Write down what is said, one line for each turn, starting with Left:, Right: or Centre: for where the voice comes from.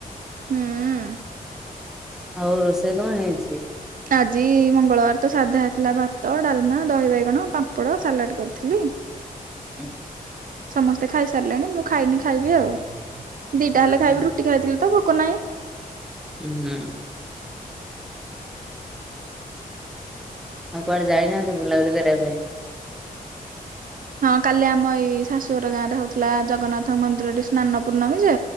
Right: ହୁଁଉଁ।
Centre: ଆଉ ରୋଷେଇ କଂ ହେଇଛି?
Right: ଆଜି ମଙ୍ଗଳବାର ତ ସାଧା ହେଥିଲା ଭାତ ଡାଲମା ଦହି ବାଇଗଣ ପାମ୍ପଡ ସାଲାଡଟ୍ କରିଥିଲି।
Centre: <inaudible>
Right: ସମସ୍ତେ ଖାଇସାରିଲେଣି ମୁଁ ଖାଇନି ଖାଇବି ଆଉ ଦିଟା ହେଲେ
Centre: ହୁଁ
Right: ଖାଇବି ରୁଟି ଖାଇଥିଲି ତ ଭୋକ ନାହିଁ।
Centre: ଉଁ ହୁଁ। ଆଉ କୁଆଡେ ଯାଇନାହାନ୍ତି ବୁଲାବୁଲି କରିବା ପାଇଁ।
Right: ହଁ କାଲି ଆମ ଏଇ ଶାଶୁଘର ଗାଁ ରେ ହଉଥିଲା ଜଗନ୍ନାଥ ମନ୍ଦିର ଟି ସ୍ନାନ ପୂର୍ଣ୍ଣମୀ ଯେ